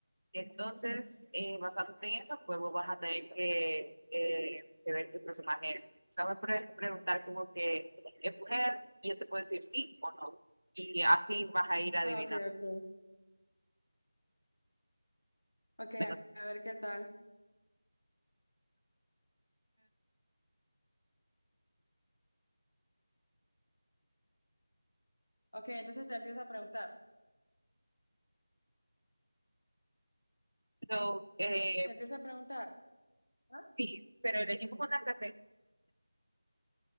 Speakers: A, on the right; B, on the left.
A: Entonces, eh, basándote en eso, pues vos vas a tener que, eh, que ver qué personaje eres. O sea, me puedes preguntar como que es mujer y yo te puedo decir sí o no. Y así vas a ir adivinando.
B: Ah, ok, ok. Ok, a
A: Bueno,
B: a ver qué tal. Ok, entonces te empiezo a preguntar.
A: pero, eh,
B: Te empiezo a preguntar. ¿Ah?
A: sí, pero elegimos una categoría.